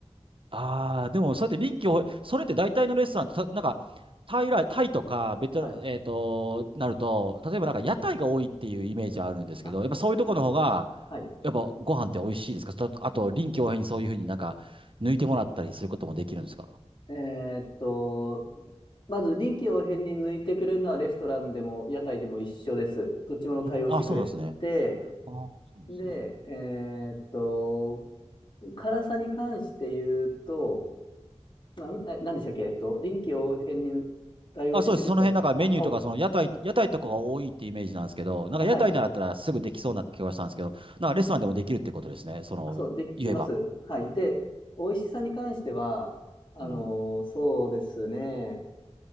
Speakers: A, on the right; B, on the left.
A: ああ、でも、そうやって臨機応変、それって大体のレストラン、たなんか、タイラ、タイとか、ベトナ、
B: はい。
A: えっと、なると、例えばなんか屋台が多いっていうイメージはあるんですけど、
B: あ、
A: やっぱそういうところの方が、
B: はい。はい
A: やっぱご飯って美味しいですかとあと、臨機応変にそういうふうになんか、抜いてもらったりすることもできるんですか
B: えーっと、まず臨機応変に抜いてくれるのはレストランでも屋台でも一緒です。どっちも対応してくれて、
A: うんあ、そうなんですね。ああ、そうですね。
B: で、えーっと、辛さに関して言うと、あ、んえ、何でしたっけ、えっと、臨機応変に対応してくれるか、
A: あ、そうです。その辺、なんかメニューとか、
B: あ、お、
A: その屋台、屋台とかが多いってイメージなんですけど、なんか屋台ならだったらすぐできそうな気がしたんですけど、
B: あ、はい。
A: なんかレストランでもできるってことですね。その、
B: あ、そう、できます。
A: 言えば。
B: はい。で、美味しさに関しては、あのーそうですね。
A: うん。